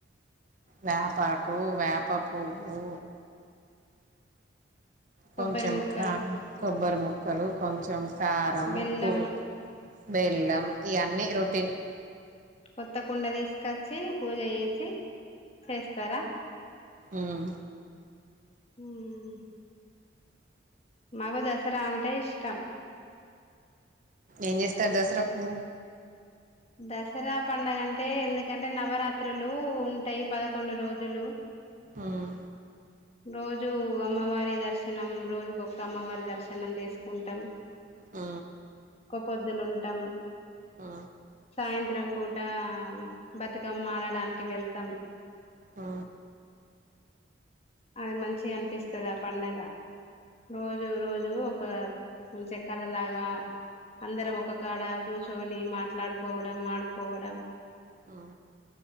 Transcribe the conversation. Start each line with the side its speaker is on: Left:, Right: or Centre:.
Right: వేపాకు వేప పువ్వు
Left: కొబ్బరి
Right: కొంచెం
Left: ముక్కలు
Right: క కొబ్బరి ముక్కలు కొంచెం కారం
Left: బెల్లం
Right: పులుపు బెల్లం ఇయన్నీ రొటీన్
Left: కొత్త కుండ దీసుకొచ్చి పూజ ఏసి చేస్తారా
Right: ఉం
Left: ఉమ్ మాకు దసరా అంటే ఇష్టం
Right: ఏం జేస్తారు దసరాకు
Left: దసరా పండగ అంటే ఎందుకంటే నవరాత్రులు ఉంటాయి పదకొండు రోజులు
Right: ఉమ్
Left: రోజూ అమ్మవారి దర్శనం రోజుకొక్క అమ్మవారి దర్శనం జేసుకుంటాం
Right: ఆ
Left: పొద్దులుంటాం
Right: ఆ
Left: సాయంత్రం పూట బతుకమ్మ ఆడడానికి వెళ్తాం
Right: ఆ
Left: అది మంచిగ అనిపిస్తది ఆ పండగ రోజు రోజు ఒక మంచిగా కల లాగా అందరం ఒక్క కాడ కూర్చొని మా మాట్లాడుకోవడం ఆడుకోవడం
Right: ఆ